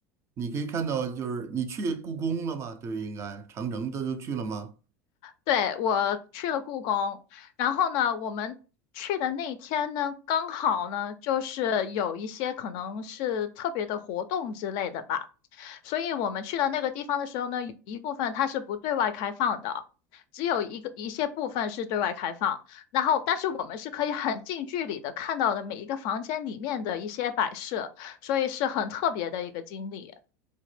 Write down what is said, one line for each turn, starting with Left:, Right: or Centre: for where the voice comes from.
Right: 你可以看到，就是你去故宫了吗？对，应该长城这都去了吗？
Left: 对，我去了故宫，然后呢，我们去的那天呢，刚好呢，就是有一些可能是特别的活动之类的吧，所以我们去到那个地方的时候呢，有一部分它是不对外开放的，只有一个一些部分是对外开放，然后但是我们是可以很近距离的看到的每一个房间里面的一些摆设，所以是很特别的一个经历。